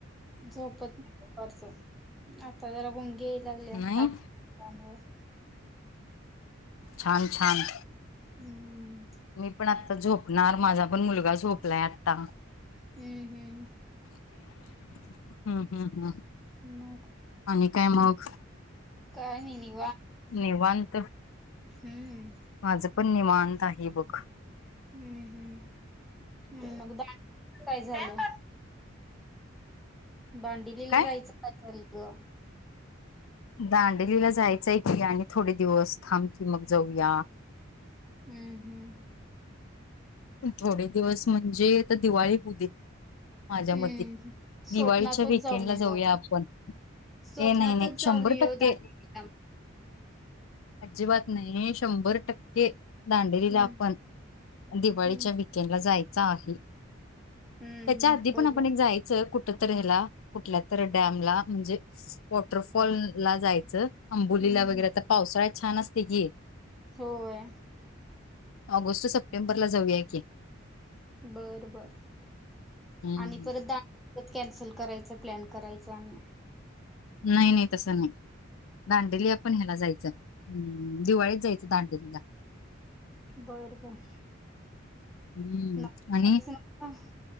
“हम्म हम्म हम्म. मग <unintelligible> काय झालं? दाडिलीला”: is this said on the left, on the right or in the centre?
Centre